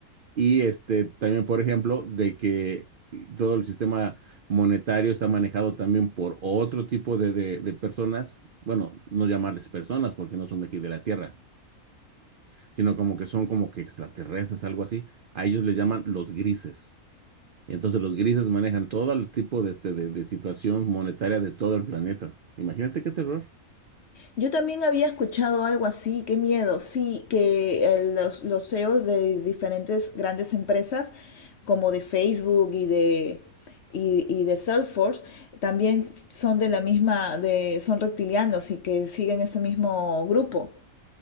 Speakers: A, on the right; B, on the left.
A: y este, también, por ejemplo, de que todo el sistema monetario está manejado también por otro tipo de, de- de personas, bueno, no llamarles personas porque no son de aquí de la Tierra, sino como que son como que extraterrestres, algo así. A ellos les llaman los grises. Entonces los grises manejan todo el tipo de, este, de de situación monetaria de todo el planeta. Imagínate qué terror.
B: Yo también había escuchado algo así, qué miedo, sí, que eh, los, los CEOs de diferentes grandes empresas, como de Facebook y de, y, y de Salesforce, también son de la misma, de, son reptilianos y que siguen ese mismo grupo.